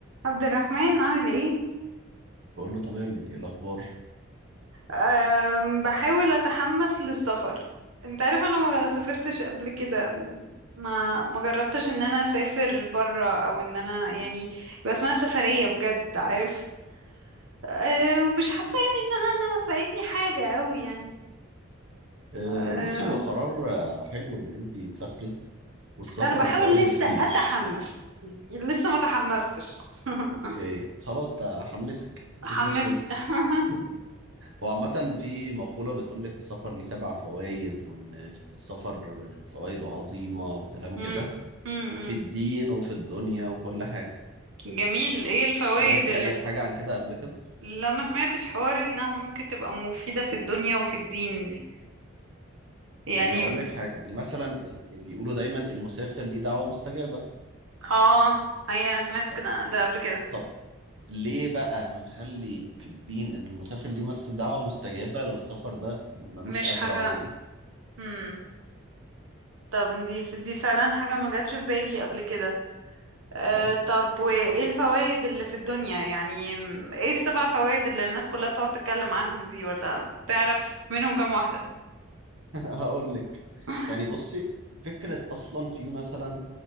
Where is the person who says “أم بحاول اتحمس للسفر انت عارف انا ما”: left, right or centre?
Right